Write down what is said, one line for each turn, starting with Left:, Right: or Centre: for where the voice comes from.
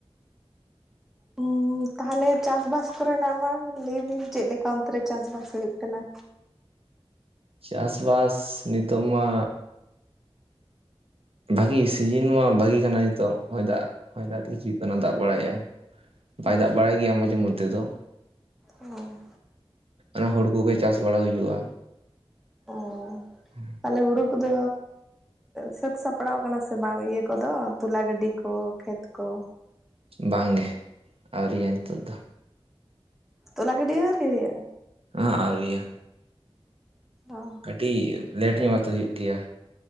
Centre: <unintelligible> ᱛᱟᱦᱚᱞᱮ ᱪᱟᱥᱵᱟᱥ ᱠᱚᱨᱮᱱᱟᱜ ᱢᱟ ᱞᱟᱹᱭᱵᱤᱱ ᱪᱮᱫᱞᱮᱠᱟ ᱚᱱᱛᱮ ᱨᱮ ᱪᱟᱥᱵᱟᱥ ᱦᱩᱭᱩᱜ ᱠᱟᱱᱟ?
Right: ᱪᱟᱥᱵᱟᱥ ᱱᱤᱛᱚᱜ ᱢᱟᱼᱼ ᱵᱷᱟᱜᱤ ᱥᱤᱡᱤᱱ ᱢᱟ ᱵᱷᱟᱜᱤ ᱠᱟᱱᱟ ᱱᱤᱛᱚᱜ ᱦᱚᱭ ᱫᱟᱜ ᱦᱚᱭ ᱫᱟᱜ ᱜᱮ ᱪᱤ ᱚᱱᱟ ᱫᱟᱜ ᱵᱟᱲᱟᱭᱮᱫᱟᱭ᱾ ᱵᱟᱭ
Centre: ᱚ
Right: ᱫᱟᱜ ᱵᱟᱲᱟᱭ ᱜᱮᱭᱟ ᱢᱟᱡᱷᱮ ᱢᱚᱫᱽᱫᱷᱮ ᱫᱚ ᱾
Centre: ᱚ
Right: ᱚᱱᱟ ᱦᱩᱲᱩ ᱠᱚᱜᱮ ᱪᱟᱥ ᱵᱟᱲᱟ ᱦᱩᱭᱩᱜᱼᱟ᱾
Centre: ᱚ
Right: ᱦᱮᱸ <inaudible>
Centre: ᱛᱟᱦᱚᱞᱮ ᱦᱩᱲᱩ ᱠᱚ ᱫᱚᱼᱼ ᱥᱟᱹᱛ ᱥᱟᱯᱲᱟᱣ ᱟᱠᱟᱱᱟ ᱥᱮ ᱵᱟᱝ ᱤᱭᱟᱹ ᱠᱚᱫᱚ ᱛᱚᱞᱟ ᱜᱟᱹᱰᱤ ᱠᱚ ᱠᱷᱮᱛ ᱠᱚ᱾
Right: ᱵᱟᱝᱜᱮ ᱟᱣᱨᱤᱭᱟ ᱦᱮᱛᱳᱜ ᱫᱚ᱾
Centre: ᱛᱚᱞᱟ ᱜᱟᱰᱤ ᱦᱚᱸ ᱟᱣᱨᱤ ᱦᱳᱭᱳᱜ- ᱟ?
Right: ᱚᱦᱚᱜ ᱟᱣᱨᱤᱭᱟ᱾
Centre: ᱚ
Right: ᱠᱟᱹᱤᱡ ᱞᱮᱴ ᱧᱚᱜ ᱟᱛᱮ ᱦᱩᱭᱩᱜ ᱜᱮᱭᱟ᱾